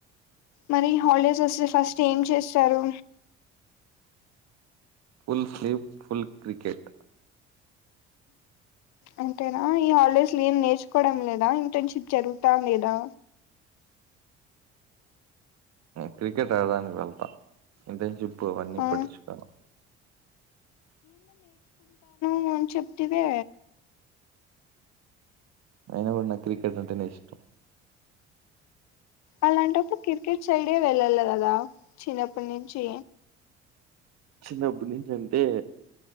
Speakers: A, on the left; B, on the right.
A: మరి హాలిడేస్ వస్తే ఫస్ట్ ఏం చేస్తారు
B: ఫుల్ స్లీప్ ఫుల్ క్రికెట్
A: అంటేనా ఈ హాలిడేస్ లో ఏం నేర్చుకోవడం లేదా ఇంటర్న్షిప్ జరుగుతా లేదా
B: క్రికెట్ ఆడడానికి వెళ్తాం ఇంటర్న్షిప్ అవన్నీ
A: ఆ
B: పట్టించుకోం
A: ఓం చెప్తివే
B: అయిన పడిన్న క్రికె అంటేనే ఇష్టం
A: అలాంటప్పుడు క్రికెట్ సైడే వెళ్ళాల కదా చిన్నప్పటి నుంచి
B: చిన్నప్పటి నుంచి అంటే